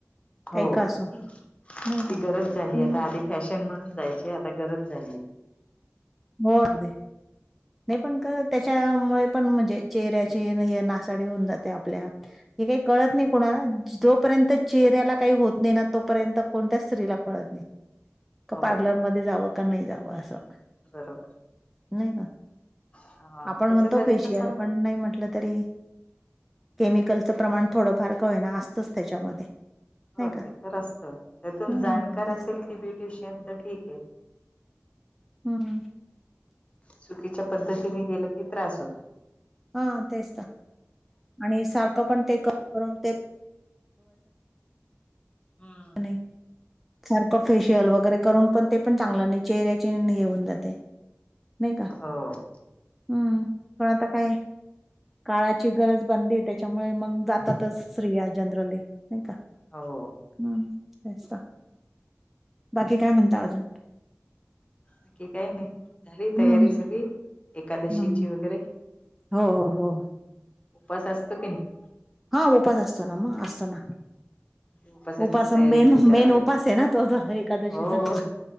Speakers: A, in the centre; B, on the left.
A: काही
B: हो
A: का असो
B: ती
A: नाही का
B: गरज झाली
A: हम्म.
B: आता आधी फॅशन म्हणून जायची आता गरज झाली.
A: हो अगदी नाही पण का त्याच्यामुळे पण म्हणजे चेहऱ्याचे हे नासाडी होऊन जाते आपल्या हे काही कळत नाही कोणाला जोपर्यंत चेहऱ्याला काही होत नाही ना तोपर्यंत कोणत्या स्त्रीला कळत नाही. का
B: हो
A: पार्लरमध्येध्ये जावं का नाही जावं असं.
B: बरोबर.
A: नाही का
B: हा
A: -आपण
B: त्याच्यासाठी
A: म्हणतो फेशियल
B: कसं
A: पण नाही म्हटलं तरी केमिकलचं प्रमाण थोडंफार का होईना असतंच त्याच्यामध्ये. नाही
B: हो
A: का
B: ते तर असतं त्यातून
A: हम्म
B: जाणकार
A: तेच
B: असेल ती ब्युटिशियन तर ठीक ये.
A: हम्.
B: चुकीच्या पद्धतीने गेलं की त्रास होतो.
A: हा तेच तर आणि सारखं पण ते क करून ते
B: हा.
A: नाही सारखं फेशियल वगैरे करून पण ते पण चांगलं नाही चेहऱ्याचे हेऊन जाते. नाई का
B: हो
A: हम् पण आता काय काळाची गरज बनलीय त्याच्यामुळे मग जातातच स्त्रिया जनरली नाय का.
B: हो.
A: हम्म असा. बाकी काय म्हणता अजून?
B: बाकी काही नाय, झाली
A: हम्म
B: तयारी सगळी एकादशीची
A: हम्म
B: वगैरे?
A: हो हो हो.
B: उपास असतो की नाय?
A: हो उपास असतो ना म असतो ना.
B: उपवासाचीच
A: उपास
B: तयारी
A: मेन
B: किती करावी
A: मेन उपास
B: लागते.
A: आहे ना तो एकादशीचा.
B: हो